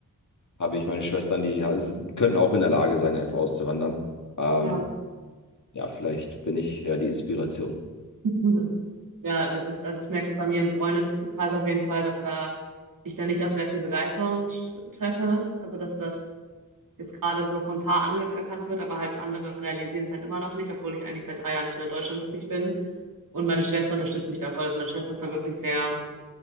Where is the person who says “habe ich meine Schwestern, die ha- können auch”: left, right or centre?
Left